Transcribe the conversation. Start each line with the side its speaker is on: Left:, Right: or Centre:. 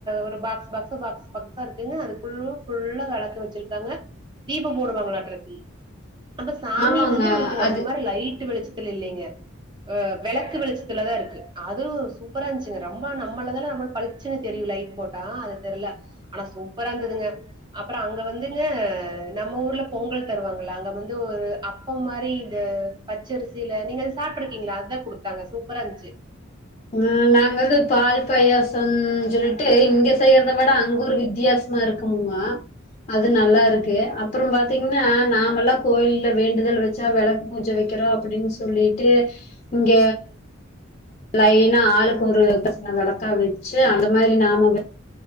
Right: ஒரு பாக்ஸ் பாக்ஸா இருக்குங்க அதுக்குல்லா வெளக்க வெச்சிருக்காங்க தீபம் போடுவாங்களாட்டு இருக்கு அப்ப சாமிய
Left: ஆமாங்க
Right: வந்து உங்களுக்கு நம்மரி
Left: அது
Right: லைட் வெளிச்ச இல்லிங்க வெளக்கு வெளிச்ச ல தா இருக்கு அதுவு சூப்பர இருந்துச்சு ரொம்ப நம்மதில பளிச்சுன்னு தெரியு லைட் போட்டா தெரியல ஆனா சூப்ப இருந்தது அப்புறம் அங்க வந்துங்க நம்ம ஊர்ல பொங்கல் தருவாங்க அங்க வந்து ஒரு அப்ப மாரி இந்த பச்சரிசியில நீங்க சாப்பிட்டு இருக்கீங்களா அத்தா குடுத்தாங்க சூப்பரா இருந்துச்சு
Left: ஆஹ் நாங்க வந்து பால் பாயாசம்னு சொல்லிட்டு இங்க செய்யறத விட அங்க ஒரு வித்தியாசமா இருக்குமுங்கோ அது நல்லா இருக்கு அப்புறம் பாத்தீங்கன்னா நாமெல்லா கோயல வேண்டுதல் வெச்சா வெளக்கு பூஜ வைக்கிறோ அப்டின்னு சொல்லிட்டு இங்க லைனா ஆளுக்கு ஒரு சின்ன வெளக்கா வெச்சு அந்த மாரி நாம